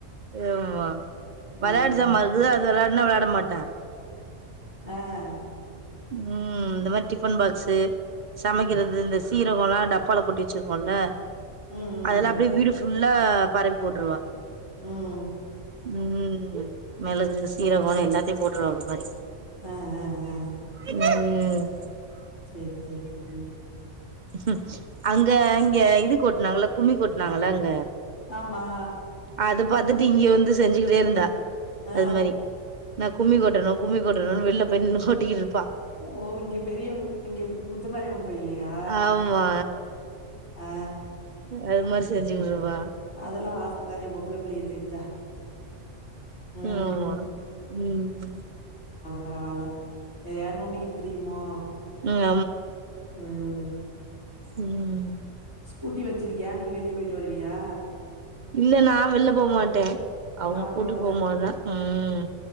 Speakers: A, on the right; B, on the left.
A: அமா வெளாட்டு
B: ம்
A: ஜாமாருக்குல அது வெளாட்னா வெளாட மாட்டா
B: அஹ்
A: ம் இந்த மாரி டிஃபன் பாக்ஸு சமைக்கிறது இந்த
B: ம்
A: சீரகோலா டப் பால கொட்டி வச்சிருக்கோல
B: ம் ம்
A: அதெல்லாம் அப்டியே வீடு ஃபுல் ல்லா பரவி போட்டுருவா
B: உம்
A: உம் மிளகு சீரகோ எல்லாத்தையு போட்டுருவா அந்த மாரி
B: அ அ அ அ
A: உம்
B: சேரி சேரி சேரி
A: ம் அங்க அங்கே இது கொட்டுனாங்கல்ல‌ கும்மி கொட்டுனாங்கள அங்க
B: ஆமா
A: அத பாத்துட்டு இங்க வந்து செஞ்சுக்கின்னே இருந்தா
B: அ
A: அது மாரி நா கும்மி கொட்டணு கும்மி கொட்டணுனு வெளிய போய் நின்னு கொட்டினு
B: ஓ இங்க பெரிய அங்கே முத்து மாரியம்மன் கோயில்லையா
A: ஆமா
B: அ
A: அது மாரி செஞ்சுகிட்ருபா
B: அதெல்லா ஆ அதானே பொம்பள புள்ளிங்க செஞ்சா ம்
A: ஆமா உம்
B: பரவால எதயா நோண்டிக்கிட்டு திரியுமோ
A: ம்
B: உம்
A: உம்
B: கூட்டி வெச்சிருக்கியா நீ வெளிய போயிட்டு வருவியா
A: இல்ல நா வெள்ல போ மாட்டேன் அவுங்க
B: அவங்களோடதா
A: கூட்டி ‌ போம்போதுதா உம்